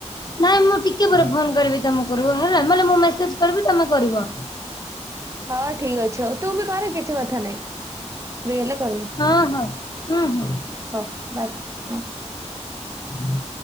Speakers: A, on the left; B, on the right.
A: ନାଇଁ ମୁଁ ଟିକେ ପରେ ଫୋନ କରିବି ତମରୁ ହେଲା ମୁଁ ମେସେଜ କରିବି ତମେ କରିବ।
B: ହଉ ଠିକ ହଉ ତୁ ବି କର କିଛି କଥା ନାଇଁ। ଫ୍ରି ହେଲେ କରିବି।
A: ହଁ ହଁ ହୁଁ ହୁଁ।
B: ହଉ ବାଏ ହୁଁ।
A: ହୁଁ।